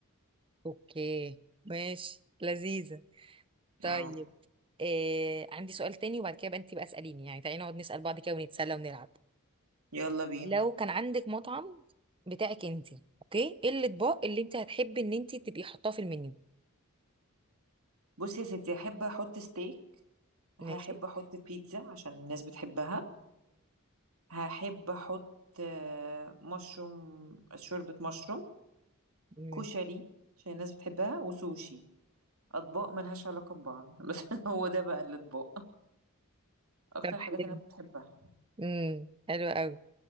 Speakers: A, on the right; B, on the right.
A: اوكي ماشي لذيذة طيب
B: اه
A: آه عندي سؤال تاني وبعد كده بقى انت بقى اسأليني يعني تعالي نقعد نسأل بعض كده ونتسلى ونلعب
B: يلا بينا
A: لو كان عندك مطعم بتاعك انت اوكي ايه الاطباق اللي انت هتحبي ان انت تبقي حطاه في المنيو
B: بصي يا ستي هحب احط ستيك
A: ماشي
B: هحب احط بيتزا عشان الناس بتحبها هحب احط آه، مشروم شوربة مشروم
A: امم
B: كشري عشان الناس بتحبها وسوشي اطباق ملهاش علاقة ببعض <laughs> بس هو ده بقى الاطباق اكتر
A: طب
B: حاجات
A: حلو
B: الناس بتحبها
A: امم حلو قوي